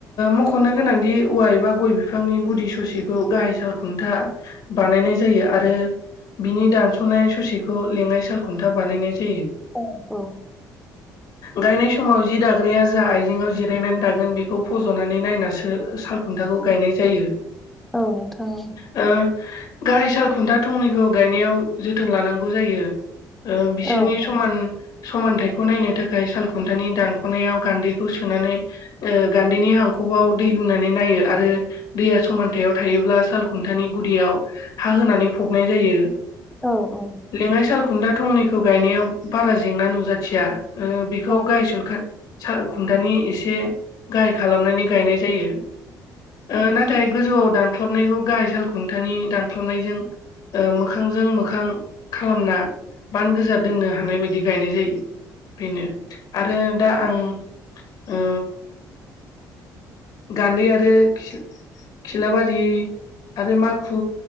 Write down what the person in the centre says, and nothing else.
औ औ
औ नोंथांनि
औ नोंथां
औ औ
औ